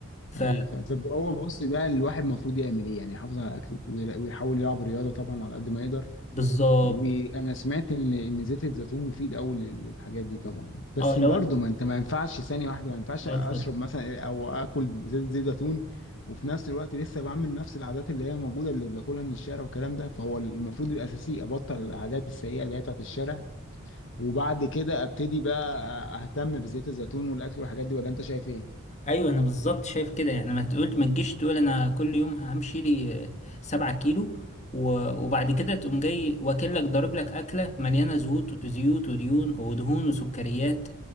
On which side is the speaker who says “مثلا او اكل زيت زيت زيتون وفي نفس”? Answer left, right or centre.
Left